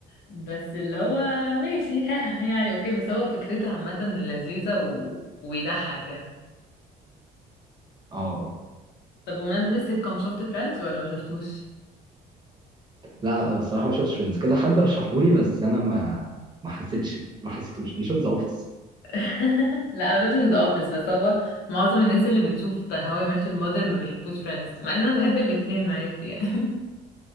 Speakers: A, on the left (about 85°); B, on the right (about 25°).
A: بس اللي هو ماشي <laughs> يعني اوكي بس هو فكرته عامه لذيذه و... ويضحك يعني
B: اه
A: طب بمناسبة السيت كوم شفت فريندز ولا ما شفتوش؟
B: لا بصراحه ما شفتش فريندز كذا حد رشحهولي بس انا ما ما حسيتش ما حسيتوش انا شفت ذا اوفيس
A: <laughs> لا انا ما شفتش ذا اوفيس بس هو معظم الناس اللي بتشوف هواي I ماتش المادر ما بيحبوش فريندز مع ان انا بحب الاتنين عادي يعني